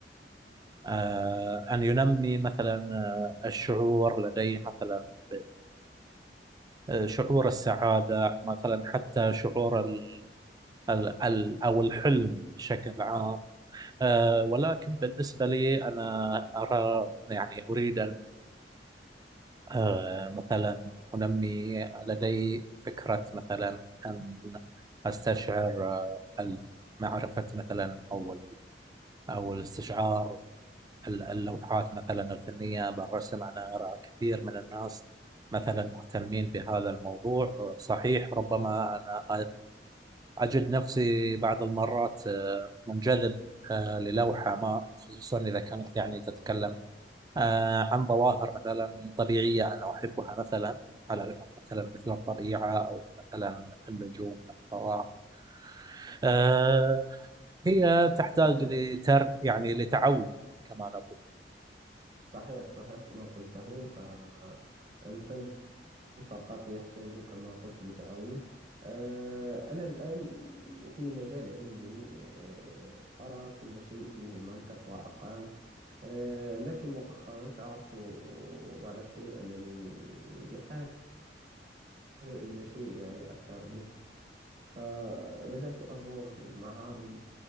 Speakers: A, on the right; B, on the right.
A: آه، أن ينمي مثلا آه، الشعور لديه مثلا بال- آه، شعور السعادة مثلا حتى شعور ال ال ال أو الحلم بشكل عام آه، ولكن بالنسبة لي أنا أرى يعني أريد أن آه، مثلا أنمي لدي فكرة مثلا أن أستشعر آه، ال- معرفة مثلا أو ال- أو الاستشعار ال- اللوحات مثلا الفنية بالرسم أنا أرى كثير من الناس مثلا مهتمين بهذا الموضوع صحيح ربما أنا أجد نفسي بعض المرات آه، منجذب آه، للوحة ما خصوصا إذا كانت يعني تتكلم آه، عن ظواهر مثلا طبيعية أنا أحبها مثلا على مثلا مثل الطبيعة أو مثلا النجوم الفضاء آه، هي تحتاج
B: صحيح
A: لترك يعني لتعود كما نقول
B: صحيح صحيح ما قلته فالفن فقط يحتاج كما قلت لتعود آه، أنا الآن في مجال علمي آه، أرى كل شيء فيه منطق وأرقام آه، لكن مؤخرا شعرت بعض الشيء أنني بحاجة إلى شيء يعني أكثر دفء فبدأت أزور المعارض